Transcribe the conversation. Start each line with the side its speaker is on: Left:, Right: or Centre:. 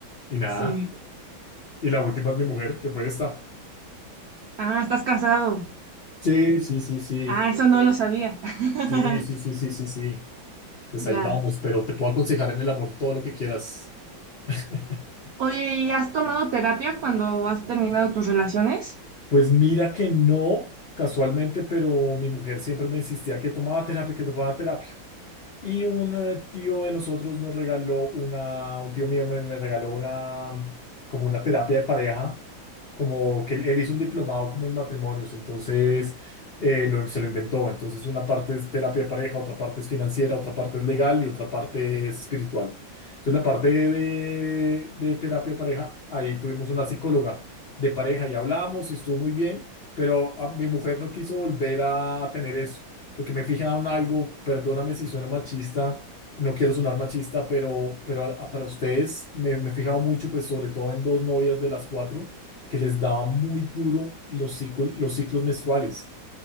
Left: y nada.
Right: Sí.
Left: Y la última es mi mujer, que fue esta.
Right: Ah, estás casado.
Left: Sí, sí, sí, sí.
Right: Ah, eso no lo sabía. <laughs>
Left: Sí, sí, sí, sí, sí, sí. Pues
Right: Ya.
Left: ahí vamos, pero te puedo aconsejar en el amor todo lo que quieras. <laughs>
Right: Oye, ¿y has tomado terapia cuando has terminado tus relaciones?
Left: Pues mira que no, casualmente, pero mi mujer siempre me insistía que tomaba terapia, que tomaba terapia. Y un eh, tío de nosotros nos regaló una, un tío mío me, me regaló una, como una terapia de pareja, como que él, él hizo un diplomado como en matrimonios, entonces eh, lo- se lo inventó. Entonces una parte es terapia de pareja, otra parte es financiera, otra parte es legal y otra parte es espiritual. Entonces la parte de, de terapia de pareja, ahí tuvimos una psicóloga de pareja y hablamos y estuvo muy bien, pero a, mi mujer no quiso volver a tener eso porque me fijan en algo, perdóname si sueno machista, no quiero sonar machista, pero, pero a- a- para ustedes me, me he fijado mucho, pues sobre todo en dos novias de las cuatro, que les daba muy duro los ciclo- los ciclos menstruales.